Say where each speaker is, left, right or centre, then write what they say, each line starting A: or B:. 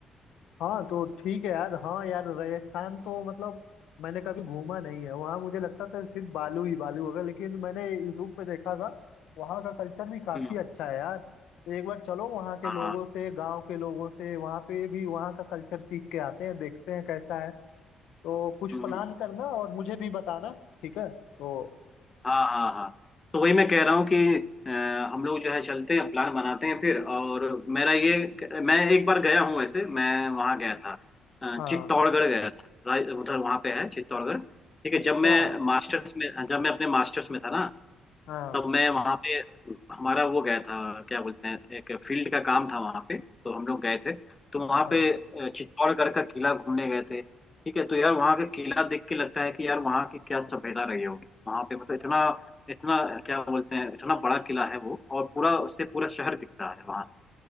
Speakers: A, on the left; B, on the left.
A: हाँ तो ठीक है यार हाँ यार राजस्थान तो मतलब मैंने कभी घूमा नहीं है वहाँ मुझे लगता था सिर्फ बालू ही बालू होगा लेकिन मैंने यूट्यूब पे देखा था वहाँ का कल्चर भी काफी
B: हम्म,
A: अच्छा है यार तो एक बार चलो वहाँ के
B: हाँ
A: लोगों से गांव के लोगों से वहाँ पे भी वहाँ का कल्चर सीख के आते हैं देखते हैं कैसा है तो कुछ
B: हम्म
A: प्लान करना और मुझे भी बताना ठीक है तो
B: हाँ हाँ हाँ तो वही मैं कह रहा हूँ कि अ, हम लोग जो है चलते हैं प्लान बनाते हैं फिर और मेरा ये मैं एक बार गया हूँ वैसे मैं वहाँ गया था अ,
A: हाँ
B: चित्तौड़गढ़ गया था राज- उधर वहाँ पे है चित्तौड़गढ़ ठीक है
A: अच्छा
B: जब मैं मास्टर्स में जब मैं अपने मास्टर्स में था ना
A: हाँ
B: तब मैं वहाँ पे हमारा वो गया था क्या बोलते हैं एक फील्ड का काम था वहाँ पे तो हम लोग गए थे तो वहाँ
A: हाँ
B: पे अ, चित्तौड़गढ़ का किला घूमने गए थे ठीक है तो यार वहाँ का किला देख के लगता है कि यार वहाँ की क्या सभ्यता रही होगी वहाँ पे मतलब इतना इतना क्या बोलते हैं इतना बड़ा किला है वो और पूरा उससे पूरा शहर दिखता है वहाँ से